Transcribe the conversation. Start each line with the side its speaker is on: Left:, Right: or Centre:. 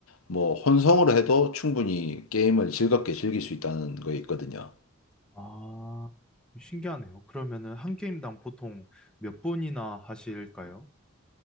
Left: 뭐, 혼성으로 해도 충분히 게임을 즐겁게 즐길 수 있다는 거에 있거든요.
Centre: 아, 신기하네요. 그러면은 한 게임당 보통 몇 분이나 하실까요?